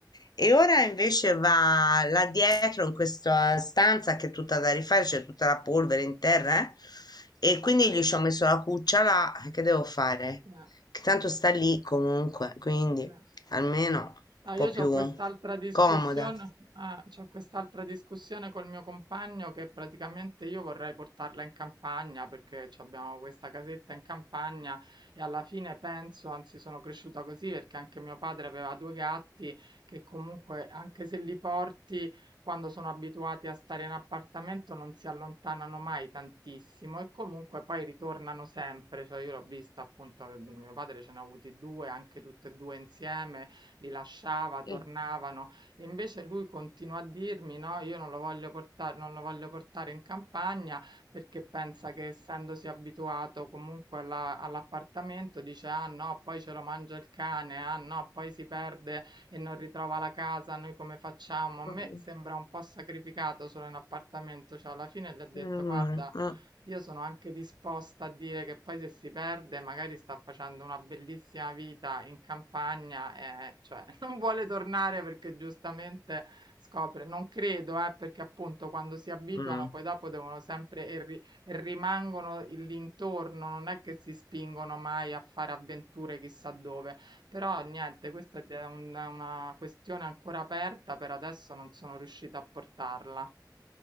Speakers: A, on the left; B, on the right.
A: E ora invece va là dietro in questa stanza che è tutta da rifare, c'è tutta la polvere in terra, eh, E quindi gli ci ho messo la cuccia là, eh, che devo fare?
B: eh,
A: Che tanto sta lì comunque, quindi
B: sì.
A: almeno
B: No,
A: un
B: io
A: po' più
B: ho quest'altra discussione,
A: comoda.
B: ah, c'ho quest'altra discussione col mio compagno che praticamente io vorrei portarla in campagna perché ci abbiamo questa casetta in campagna e alla fine penso, anzi sono cresciuta così perché anche mio padre aveva due gatti che comunque anche se li porti quando sono abituati a stare in appartamento non si allontanano mai tantissimo e comunque poi ritornano sempre, cioè io l'ho vista appunto, mio padre ce ne ha avuti due, anche tutte e due insieme li lasciava,
A: Eh,
B: tornavano. E invece lui continua a dirmi: No, io non lo voglio portare, non lo voglio portare in campagna perché pensa che essendosi abituato comunque alla- all'appartamento, dice: Ah no, poi ce lo mangia il cane, ah no, poi si perde e non ritrova la casa, noi come facciamo? A me
A: Mm,
B: sembra un po' sacrificato solo in appartamento, cioè alla fine gli ho detto
A: mm,
B: guarda,
A: mm,
B: io sono anche disposta a dire che poi se si perde magari sta facendo una bellissima vita in campagna e cioè <laughs> non vuole tornare perché giustamente scopre, non credo, eh, perché appunto quando si abituano
A: mm.
B: poi dopo devono sempre e, ri- e rimangono il- l'intorno, non è che si spingono mai a fare avventure chissà dove, però niente, questa è un- una questione ancora aperta, per adesso non sono riuscita a portarla.